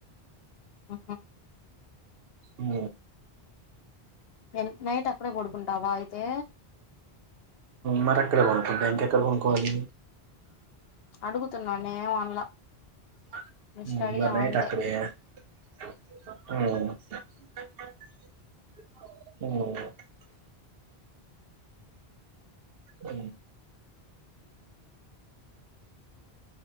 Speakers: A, on the left (about 70°); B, on the right (about 65°).
A: ఆహా
B: హ
A: ఎ నైట్ అక్కడే పడుకుంటావా అయితే
B: మరి అక్కడే పడుకుంటా ఇంకెక్కడ పడుకోవాలి
A: అడుగు తున్నా నేనేం అనలా
B: <unintelligible>
A: జస్ట్ అడిగాము అంతే
B: అ ఆ అ